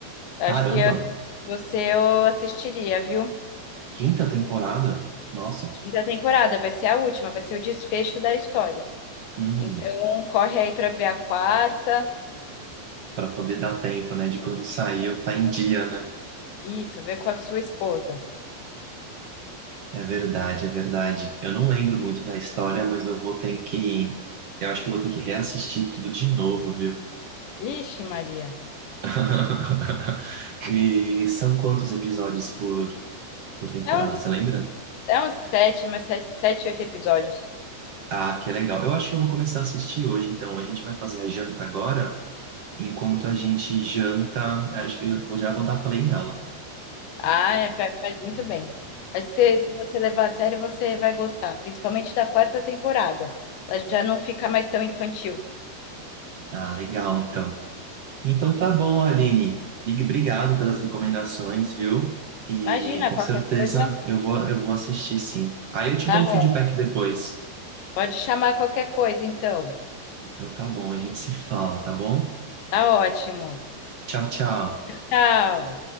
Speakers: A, on the left (about 80°); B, on the right (about 80°).
A: Eu
B: Caramba,
A: acho que eu- se você eu assistiria, viu?
B: quinta temporada? Nossa,
A: Quinta temporada vai ser a última, vai ser o desfecho da história.
B: hum,
A: Então corre aí para ver a quarta.
B: para poder dar tempo, né, de quando sair eu tá em dia, né?
A: Isso, vê com a sua esposa.
B: É verdade, é verdade. Eu não lembro muito da história, mas eu vou ter que. Eu acho que eu vou ter que reassistir tudo de novo, viu?
A: Ixi, Maria.
B: <laughs> E são quantos episódios por, por temporada,
A: É uns,
B: você lembra?
A: é uns sete, mas sete, sete, oito episódios.
B: Ah, que legal. Eu acho que eu vou começar a assistir hoje, então. A gente vai fazer a janta agora. Enquanto a gente janta, acho que eu vou- já vou dar play nela.
A: Ah, é, fa- faz muito bem. Acho que se, se você levar a sério, você vai gostar, principalmente da quarta temporada. Ela já não fica mais tão infantil.
B: Ah, legal, então. Então tá bom, Aline. Big- Obrigado pelas recomendações, viu? E
A: Imagina,
B: com
A: qualquer
B: certeza
A: coisa,
B: eu vou, eu vou assistir sim. Aí eu te
A: tá
B: dou um
A: ótimo.
B: feedback depois.
A: Pode chamar qualquer coisa, então.
B: Então tá bom, a gente se fala, tá bom?
A: Tá ótimo.
B: Tchau, tchau.
A: Tchau.